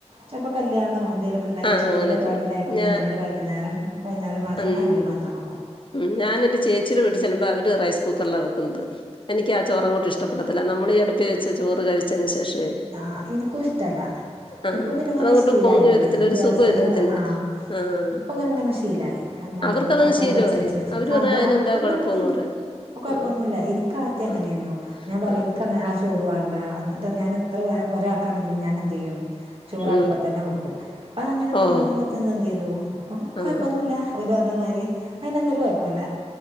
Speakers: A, on the right; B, on the left.
A: ചിലപ്പോ കല്യാണോ എന്തെലൊക്കെ ഉണ്ടായി
B: ആഹ്
A: ഉച്ചയ്ക്കത്തെ
B: അങ്ങനെയൊക്കെ
A: പരിപാടി ഉണ്ടായിക്കോന്നുണ്ടെങ്കി
B: ഞാൻ
A: വൈകുന്നേരം വൈകുന്നേരം മാ മാത്രം
B: ഉം
A: അതില് മാത്രം വക്കും
B: ഉം ഞാൻ എന്റെ ചേച്ചിടെ വീട്ടിൽ ചെല്ലുമ്പോ അവര് റൈസ് കുക്കറില വെക്കുന്നത് എനിക്യ ചോറങ്ങോട്ട് ഇഷ്ടപ്പെടത്തില്ല നമ്മൾ ഈ അടുപ്പി വെച്ച് ചോറ് കഴിച്ചതിന് ശേഷവെ
A: ആഹ് എനിക്കും ഇഷ്ടല്ല
B: ആഹ്
A: ഇപ്പൊ പിന്നെ ഇങ്ങനെ
B: അതങ്ങോട്ട്
A: ശീലായിട്ടില്ലേ
B: പൊങ്ങി വരത്തില്ല ഒരു
A: ദിവസം
B: സുഖവില്ല
A: എന്താ
B: അത് തിന്നാൻ
A: ആ
B: ആഹ്
A: ഇപ്പ ഇങ്ങനെ ഇങ്ങനെ ശീലായി എന്താണ്
B: അവർക്കതങ്ങ്
A: ആ കൊ
B: ശീലവായി.
A: വെച്ച് വെച്ച് വെച്ച്
B: അവര്
A: ആ
B: പറയും
A: അത്
B: അതിനെന്താ
A: അമ്മക്കത്
B: കൊഴപ്പന്ന്
A: നമ്മക്ക്
B: പറയും
A: ഇപ്പ കൊഴപ്പൊന്നു
B: ആഹ്
A: ഇല്ല എനിക്കാദ്യം അങ്ങനെയാനു
B: ആഹ്
A: ഞാൻ പറയും
B: ആഹ്
A: എനി ക്കങ്ങ് ആ ചോറ് വേണ്ട എന്നിട്ട് ഞാന് എത്രയാ ഒരാക്കാണെങ്കിലും ഞാൻ എന്ത് ചെയ്യും ചോറ്
B: ഉം
A: അടുപ്പത്ത് തന്നെ വക്കും അപ്പ അങ്ങെനെ തിന്ന്
B: ഓഹ്
A: തിന്ന് പിന്നെ എന്ത് ചെയ്തു ഇപ്പൊ
B: ആഹ്
A: കൊഴപ്പൊന്നുല്ല ഓല് പറഞ്ഞ മാതിരി അയിന് എന്താ ഒരു കുഴപ്പല്ല